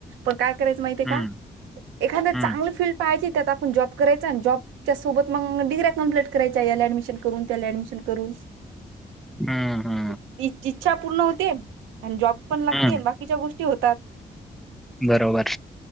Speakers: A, on the right; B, in the centre.
A: पण काय करायचं माहितीये
B: हम्म
A: का एखांद
B: हम्म
A: चांगलं फील्ड पाहायची त्यात आपण जॉब करायचा अन जॉबच्यासोबत मग डिगऱ्या कंप्लीट कराय च्या याला ॲडमिशन करून त्याला ऍडमिशन करून
B: हा हा
A: इ इच्छा पूर्ण होते आणि जॉब पण लागते
B: हम्म
A: बाकीच्या गोष्टी होतात
B: बरोबर